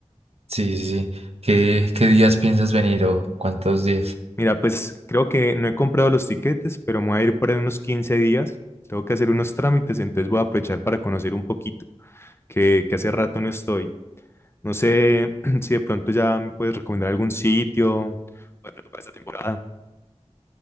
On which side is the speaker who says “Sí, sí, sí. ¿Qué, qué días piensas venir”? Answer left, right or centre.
Right